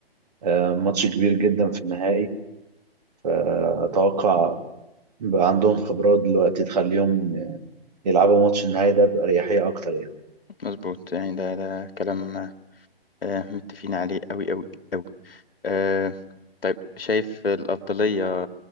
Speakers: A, on the right; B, on the left.
A: آه، ماتش كبير جدا في النهائي فأتوقع بقى عندهم خبرات دلوقتي تخليهم يلعبوا ماتش النهائي ده بأريحية أكتر يعني
B: مظبوط يعني ده ده كلام آه، متفقين عليه قوي قوي قوي آه طيب شايف الأفضلية